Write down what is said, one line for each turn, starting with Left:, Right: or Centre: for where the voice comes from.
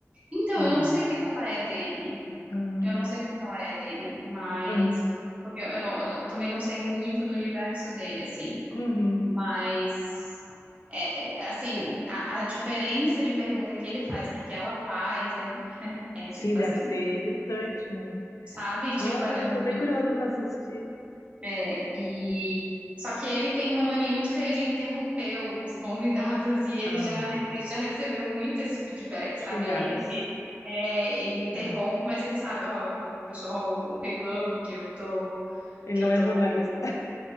Right: Então,
Left: Não.
Right: eu não sei o que que ela é dele.
Left: Ah,
Right: Eu não sei quem que ela é dele, mas
Left: Aham.
Right: porque eu, eu não, eu também não sei muito do universo dele, assim.
Left: Uhum.
Right: Mas é, é, assim, a, a diferença de pergunta que ele faz para que ela faz é, é
Left: Sim,
Right: tipo
Left: deve
Right: assim,
Left: ser gritante, né?
Right: sabe?
Left: Ai,
Right: Tipo, ela é muito
Left: tô bem curiosa pra assistir.
Right: é, e só que ele tem uma mania muito feia de interromper os convidados <laughs> e ele
Left: Ah,
Right: já re- ele já recebeu muito esse feedback,
Left: xingadas.
Right: sabe? Aí ele ele, é, ele interrompe,
Left: É.
Right: mas ele sabe, ó, o pessoal reclama que eu tô
Left: Ele
Right: que
Left: não
Right: eu tô.
Left: é jornalista. <laughs>